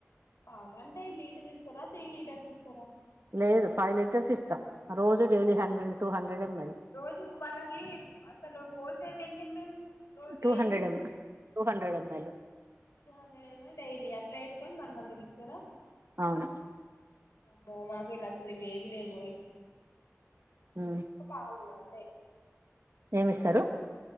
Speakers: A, on the left; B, on the right.
A: పాలంటే లీటర్ ఇస్తరా త్రీ లీటర్స్ ఇస్తరా
B: లేదు ఫైయ్ లీటర్స్ ఇస్తం రోజు daily hundred two hundred ML
A: రోజుకు వాళ్ళకీ అసలు పోసేవెన్నీ M L daily
B: two hundred ఎం two hundred ML
A: two hundred M L daily అట్లా ఎసుకొని వన్ మంత్కి ఇస్తారా
B: అవును
A: అమ్మో మాకు ఇడ అసలు ఇవేవి లేవోయ్
B: ఉమ్,
A: ఒక్క పాలు అం ఎ
B: ఏమిస్తారు